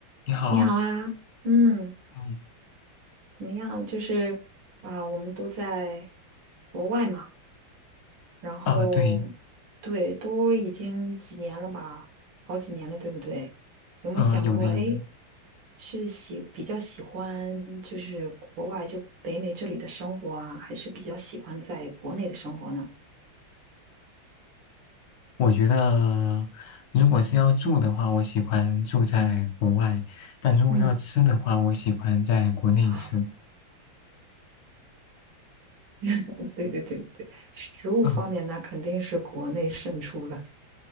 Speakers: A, on the left; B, on the right.
A: 你好，
B: 你好啊，嗯，
A: 嗯，
B: 怎么样？就是啊、我们都在国外嘛，然后对，
A: 呃，对，
B: 都已经几年了吧，好几年了，对不对？有没有想过，
A: 呃，有的有的，
B: 哎，是喜比较喜欢就是国外就北美这里的生活啊，还是比较喜欢在国内的生活呢？
A: 我觉得如果是要住的话，我喜欢住在国外，但如果要吃的话，
B: 嗯，
A: 我喜欢在国内吃。
B: 啊，<laughs> 对对对对，食物方面那肯定是国内胜出了。
A: 嗯，